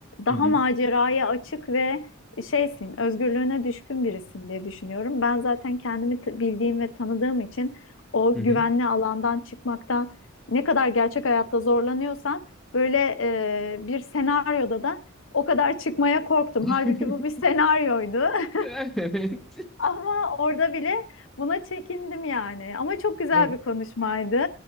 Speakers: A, on the left; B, in the centre.
A: Daha
B: Hı hı.
A: maceraya açık ve şeysin, özgürlüğüne düşkün birisin diye düşünüyorum. Ben zaten kendimi t- bildiğim ve tanıdığım için o
B: Hı hı.
A: güvenli alandan çıkmaktan ne kadar gerçek hayatta zorlanıyorsan böyle e, bir senaryoda da o kadar çıkmaya korktum.
B: <laughs>
A: Halbuki bu bir senaryoydu. <laughs>
B: <laughs> Evet.
A: Ama orada bile buna çekindim yani. Ama çok güzel
B: <laughs>
A: bir konuşmaydı.